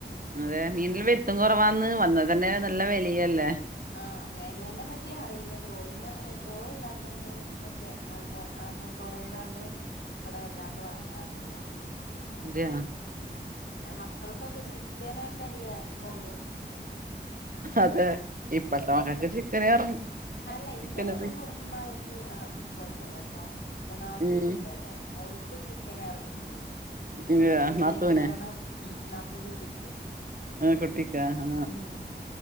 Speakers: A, on the right; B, on the left.
A: അതെ മീനില് വരുത്തും കുറവാന്ന് വന്നത് തന്നെ നല്ല വെലിയല്ലേ
B: ആഹ വേലേനെ പറ്റി അറിയില്ല ട്രോളിങ് ട്രോൾ ഇല്ലാത്തന്ന് ച്ചേ അ ആഹ് കൊറയണന്ന് പ്പട വല്ലാണ്ട് വാങ്ങാറില്ല
A: അതയാ
B: ഉം പിന്ന മക്കൾക്കൊക്കെ ചിക്കനൊക്കല്ലേ ങ്ങുള്ളൂ
A: അതെ ഇപ്പഴത്തെ മക്കക്ക് ചിക്കനെ എറങ്ങു
B: അല്ല
A: ചിക്കനും
B: ന്റെ
A: ബീ
B: ഉം മകക്ക് കൊഴപ്പല്ല ട്ടോ ന്റെ നാത്തൂൻ
A: ഉം
B: ണ്ട് അടെ ഓൽക്ക് ചി ക്കനെ ഇറങ്ങുള്ളൂ
A: ഇല്ല്യ
B: ഓല് കഴിഞ്ഞിട്ട്
A: നാത്തൂന്
B: വേണം ഉം നാത്തൂന്റുട്ടിക്ക്
A: ആ കുട്ടിക്ക ആ
B: ഉം